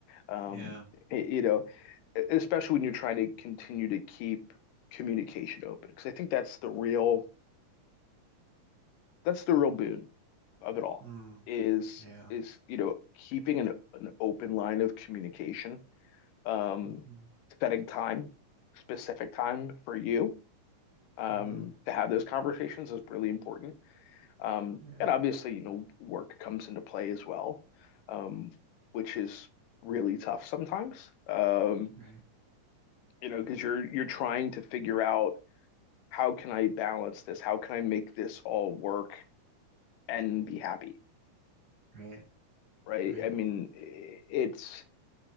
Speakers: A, on the left; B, on the right.
A: Um,
B: Yeah.
A: you know, e, especially when you're trying to continue to keep communication open, because I think that's the real that's the real boon of it all
B: Mm,
A: is
B: yeah.
A: is you know keeping an an open line of communication, um,
B: hmm
A: setting time, specific time for you um,
B: hmm
A: to have those conversations is really important. Um,
B: Yeah.
A: and obviously, you know, work comes into play as well, um, which is really tough sometimes. Um,
B: Right.
A: you know, because you're you're trying to figure out how can I balance this? How can I make this all work and be happy,
B: Right.
A: right?
B: Right.
A: I mean, it's